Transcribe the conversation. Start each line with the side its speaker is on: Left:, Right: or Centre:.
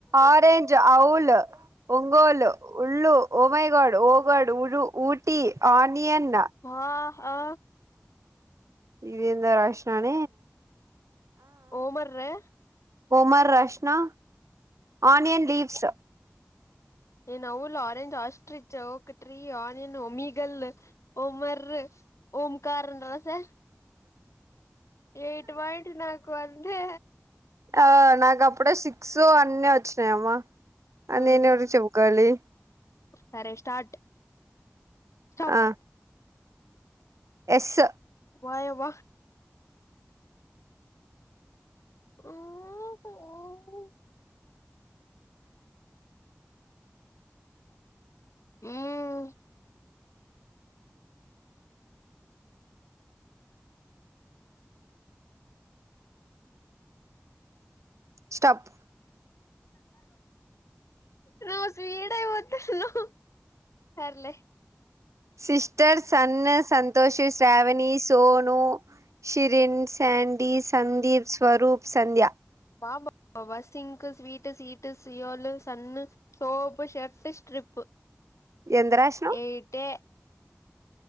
Right: ఆరెంజ్ అవుల్ ఒంగోలు ఉళ్ళు ఓమైగాడ్ ఓ గాడ్ ఉరు ఊటీ ఆనియన్
Left: ఆ ఆ ఆ
Right: ఇది ఎందో రాసినాన
Left: ఓ మర్రా
Right: ఒ మర్ రస్నా ఆనియన్ లీవ్స్
Left: ఏను ఓవిల్ ఆరెంజ్ ఆస్ట్రిచ్ ఒకట్రీ ఆనియన్ ఒమేగల్ ఓ మర్రె ఓంకార అని రాసా ఎయిట్ మాయింట్ నాకు అంతే
Right: ఆ నాకు అప్పుడే సిక్స్ అవన్నీ వచ్చినాయమ్మా
Left: ఆ
Right: నేను ఎవరికి చెప్పుకోవాలి
Left: సరే స్టార్ట్ స్టాప్
Right: ఆ ఎస్
Left: అయావ్వ ఏటి <unintelligible> మ్మ్
Right: స్టాప్
Left: నువ్వు స్వీడు గా పోతన్నావు సర్లే
Right: సిస్టర్స్ సన్ సంతోషి శ్రావణి సోను షిరిన్స్ శాండీ, సందీప్, స్వరూప్, సంధ్య
Left: అమా sink sweet స్విట్ Seoul sun soap shirt strip
Right: ఎంత రాసినావ్
Left: ఏయిటే